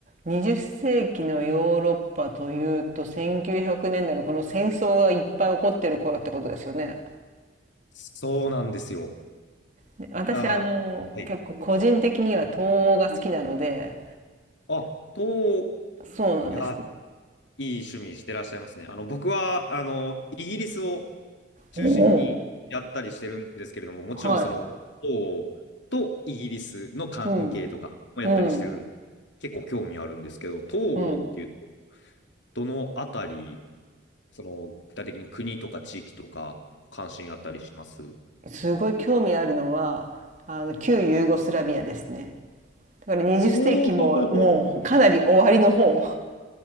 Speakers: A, on the right; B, on the left.
A: ー。20世紀のヨーロッパというと1900年代のこの戦争がいっぱい起こってる頃ってことですよね。
B: そうなんですよ。
A: で私あの結構個人的には東欧が好きなので
B: だから、はい。あ、と、
A: そうなんです。
B: いや、いい趣味してらっしゃいますね。あの、僕は、あの、イギリスを中心にやったりしてるんですけれども、
A: おお、
B: もちろんその、
A: はい。
B: 王とイギリスの関係とかもやったりしてるんで、
A: うん、うん、
B: 結構興味あるんですけど、東欧っていうと、
A: うん。
B: どのあたり、その、具体的に国とか地域とか、関心あったりします
A: すごい興味あるのはあの旧ユーゴスラビアですね。だから20世紀ももうかなり終わりの方。
B: おお、